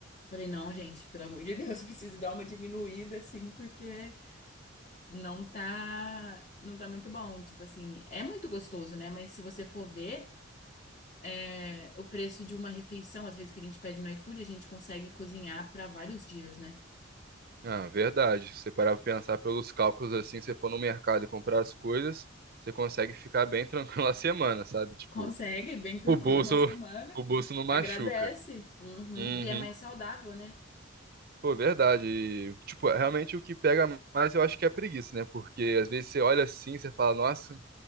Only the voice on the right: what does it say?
Ah, verdade. Se você parar pra pensar pelos cálculos assim, se você for no mercado e comprar as coisas, você consegue ficar bem <laughs> tranquilo a semana, sabe? Tipo,
o bolso,
o bolso não machuca.
Uhum.
Pô, verdade. E, tipo, realmente o que pega mais eu acho que é a preguiça, né? Porque às vezes você olha assim, você fala, nossa,